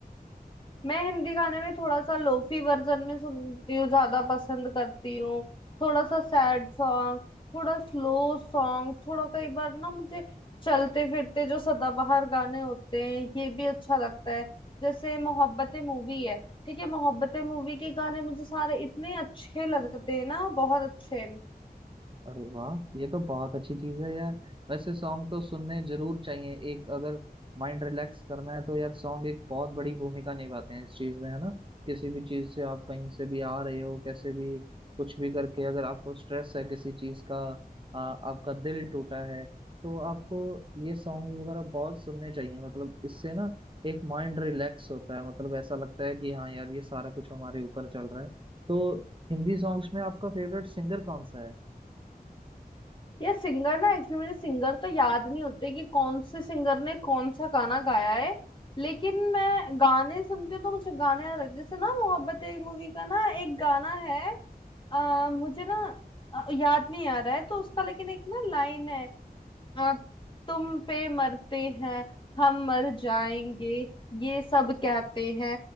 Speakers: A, on the left; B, on the right.
A: मैं हिंदी गाने में थोड़ा सा लोफी वर्जन में सुनती हूँ ज्यादा पसंद करती हूँ थोड़ा सा सैड सॉन्ग थोड़ा स्लो सॉन्ग थोड़ा कई बार ना मुझे चलते फिरते जो सदाबहार गाने होते हैं ये भी अच्छा लगता है जैसे मोहब्बतें मूवी है ठीक है मोहब्बतें मूवी के गाने मुझे सारे इतने अच्छे लगते हैं ना बहुत अच्छे
B: अरे वाह ये तो बहुत अच्छी चीज है यार वैसे सॉन्ग तो सुनने जरूर चाहिए एक अगर माइंड रिलैक्स करना है तो यार सॉन्ग एक बहुत बड़ी भूमिका निभाते हैं इस चीज में है ना किसी भी चीज से आप कहीं से भी आ रहे हो कैसे भी कुछ भी करके अगर आपको स्ट्रेस है किसी चीज का आ, आपका दिल टूटा है तो आपको ये सॉन्ग वगैरह बहुत सुनने चाहिए मतलब इससे ना एक माइंड रिलैक्स होता है मतलब ऐसा लगता है कि हाँ यार ये सारा कुछ हमारे ऊपर चल रहा है तो हिंदी सॉन्ग्स में आपका फेवरेट सिंगर कौन सा है
A: ये सिंगर ना एक्चुअली मुझे सिंगर तो याद नहीं होते कि कौन से सिंगर ने कौन सा गाना गाया है लेकिन मैं गाने सुनती हूँ तो मुझे गाने याद रहते हैं। जैसे ना मोहब्बत एक मूवी का ना एक गाना है आ, मुझे ना अ, याद नहीं आ रहा है तो उसका लेकिन एक ना लाइन है हाँ, तुम पे मरते हैं हम मर जाएंगे ये सब कहते हैं